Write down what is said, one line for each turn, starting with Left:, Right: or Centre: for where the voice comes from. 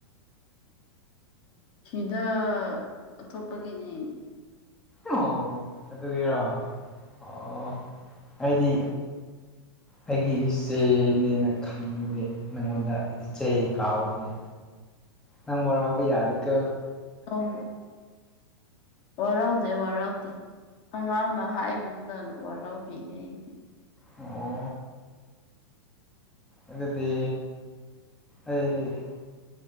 Left: ꯁꯤꯗ ꯑꯇꯣꯞꯄꯒꯤꯅꯤ
Centre: ꯑꯣ ꯑꯗꯨꯒꯤꯔꯣ ꯑꯣ ꯑꯩꯗꯤ ꯑꯩꯒꯤ ꯏꯆꯦꯅꯦꯅ ꯈꯟꯕꯒꯤ ꯅꯪꯉꯣꯟꯗ ꯏꯆꯦ ꯀꯥꯎꯕꯅꯦ ꯅꯪ ꯋꯥꯔꯧꯕ ꯌꯥꯗꯦꯀꯣ
Left: ꯑꯧ ꯋꯥꯔꯧꯗꯦ ꯋꯥꯔꯧꯗꯦ ꯑꯉꯥꯡꯅ ꯍꯥꯏꯕꯗꯨꯅ ꯋꯥꯔꯧꯕꯤꯔꯦ <unintelligible> ꯑꯩꯗꯤ
Centre: ꯑꯣ ꯑꯗꯨꯗꯤ ꯑꯩ